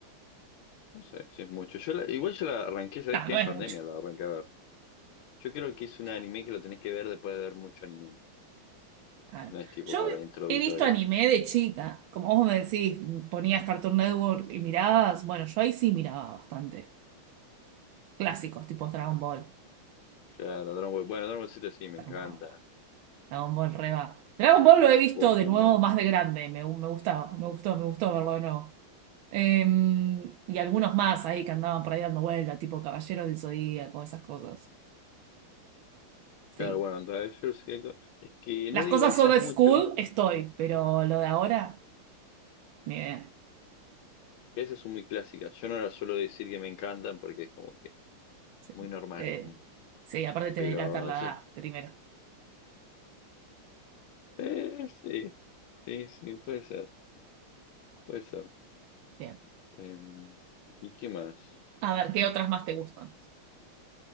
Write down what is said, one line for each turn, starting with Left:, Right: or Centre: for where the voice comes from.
Left: No sé si es mucho. Yo la- igual yo la arranqué, ¿sabes
Right: No,
Left: qué?
Right: no
Left: En
Right: es
Left: pandemia
Right: mucho.
Left: la arranqué a ver. Yo creo que es un
Right: Claro,
Left: anime que lo tenés que ver después de ver mucho anime.
Right: claro.
Left: No es tipo
Right: Yo
Left: para introductoria.
Right: he visto anime de chica, como vos me decís, ponías Cartoon Network y mirabas, bueno, yo ahí sí miraba bastante. Clásicos, tipo Dragon Ball.
Left: Claro, Dragon Ball. Bueno, Dragon Ball Z sí, me
Right: Dragon
Left: encanta.
Right: Ball. Dragon Ball Reba. Dragon Ball lo he visto
Left: Pokémon.
Right: de nuevo más de grande, me, gu- me gustaba, me gustó, me gustó verlo de nuevo. Em, y algunos más ahí que andaban por ahí dando vuelta, tipo Caballero del Zodíaco, esas cosas. Sí.
Left: Claro, bueno, entonces yo sé que- es que
Right: Las
Left: no digo
Right: cosas
Left: esas
Right: old
Left: mucho,
Right: school estoy, pero lo de ahora, ni idea.
Left: que esas son muy clásicas. Yo no las suelo decir que me encantan porque es como que
Right: Sí,
Left: muy normal
Right: Eh,
Left: eso, ¿no?
Right: sí, aparte te
Left: Pero
Right: delatar la
Left: esas,
Right: edad primero.
Left: eh, sí, sí, sí, puede ser, puede ser.
Right: Bien.
Left: Eh, ¿y qué más?
Right: A ver, ¿qué otras más te gustan?